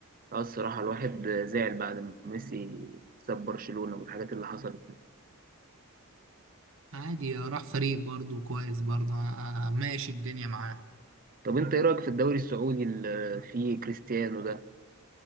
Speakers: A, on the right; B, on the right.
A: اه الصراحة الواحد زعل بعد ما ميسي ساب برشلونة والحاجات اللي حصلت
B: عادي راح فريق برضو كويس برضو آه، ماشي الدنيا معاه
A: طب انت ايه رايك في الدوري السعودي اللي فيه كريستيانو ده